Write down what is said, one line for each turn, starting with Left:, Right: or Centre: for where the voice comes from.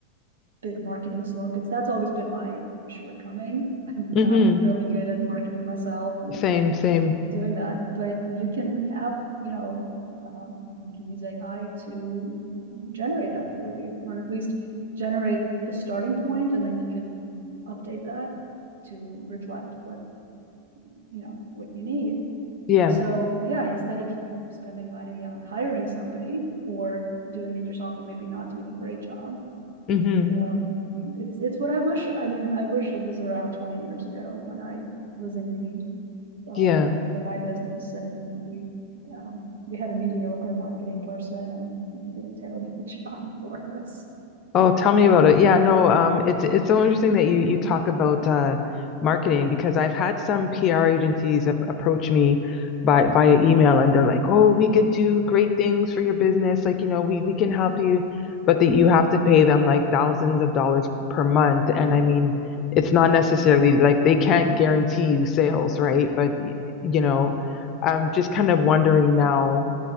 Right: big marketing slogans, that's always been my shortcoming. I'm
Left: Mm-hmm.
Right: not really good at marketing myself and
Left: Same, same.
Right: doing that, but you can have, you know, um, you can use AI to generate that for you, or at least generate the starting point, and then you can update that to reflect what, you know, what you need.
Left: Yeah.
Right: So yeah, instead of spending money on hiring somebody or doing it yourself and maybe not doing a great job,
Left: Mm-hmm.
Right: um, you, it's it's what I wish. I mean, I wish it was around twenty years ago when I was in need uh,
Left: Yeah.
Right: for my business and we, um, we had a mediocre marketing person and he did a terrible <laughs> job for us.
Left: Oh, tell me about it. Yeah, no, um, it's it's so interesting that you you talk about uh, marketing because I've had some PR agencies ap approach me by via email and they're like, "Oh, we could do great things for your business. Like, you know, we we can help you, but that you have to pay them like thousands of dollars per month." And I mean, it's not necessarily like they can't guarantee you sales, right? But y- you know, I'm just kind of wondering now